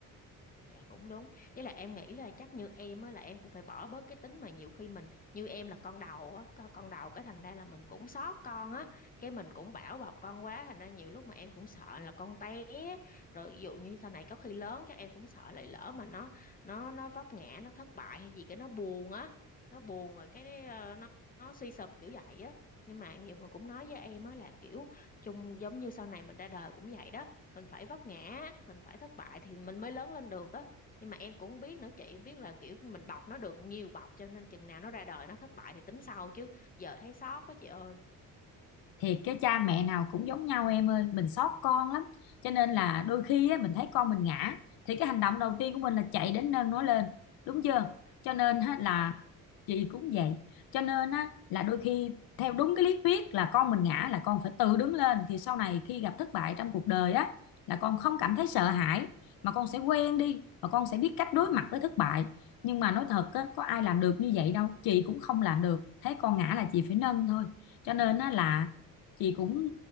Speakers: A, on the left; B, on the left.
A: dạ cũng đúng với lại em nghĩ là chắc như em á là em cũng phải bỏ bớt cái tính mà nhiều khi mình như em là con đầu á co- con đầu cái thành ra là mình cũng xót con á cái mình cũng bảo bọc con quá thành ra nhiều lúc mà em cũng sợ là con té rồi ví dụ như sau này có khi lớn chắc em cũng sợ lại lỡ mà nó nó nó vấp ngã nó thất bại hay gì cái nó buồn á nó buồn rồi cái ờ, nó nó suy sụp kiểu vậy á nhưng mà nhiều người cũng nói với em á là kiểu chung giống như sau này mình ra đời cũng vậy đó mình phải vấp ngã mình phải thất bại thì mình mới lớn lên được á nhưng mà em cũng biết nữa chị em biết là kiểu mình bọc nó được nhiều bọc cho nên chừng nào nó ra đời nó thất bại thì tính sau chứ giờ thấy xót quá chị ơi
B: thiệt cái cha mẹ nào cũng giống nhau em ơi mình xót con lắm cho nên là đôi khi á, mình thấy con mình ngã thì cái hành động đầu tiên của mình là chạy đến nâng nó lên đúng chưa cho nên á, là
A: dạ
B: chị cũng vậy cho nên á, là đôi khi theo đúng cái lý thuyết là con mình ngã là con phải tự đứng lên thì sau này khi gặp thất bại trong cuộc đời á là con không cảm thấy sợ hãi mà con sẽ quen đi và con sẽ biết cách đối mặt với thất bại nhưng mà nói thật á, có ai làm được như vậy đâu chị cũng không làm được thấy con ngã là chị phải nâng thôi cho nên á, là chị cũng